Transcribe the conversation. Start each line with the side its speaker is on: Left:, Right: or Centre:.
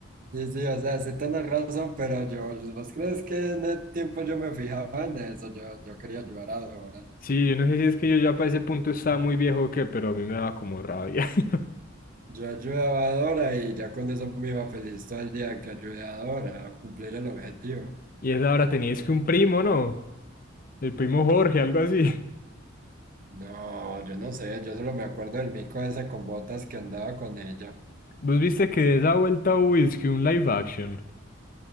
Right: sí, sí, o sea, sí tienes razón, pero yo, ¿vos crees que en el tiempo yo me fijaba en eso? Yo, yo quería ayudar a Dora.
Left: Sí, yo no sé si es que yo ya para ese punto estaba muy viejo o qué, pero a mí me daba como rabia. <laughs>
Right: Yo ayudaba a Dora y ya con eso me iba feliz todo el día que ayudé a Dora a cumplir el objetivo.
Left: Y esa hora teníais que un primo, ¿no? El primo Jorge, algo así. <laughs>
Right: No, yo no sé, yo solo me acuerdo del mico ese con botas que andaba con ella.
Left: ¿Vos viste que de esa vuelta hubo es que un live action?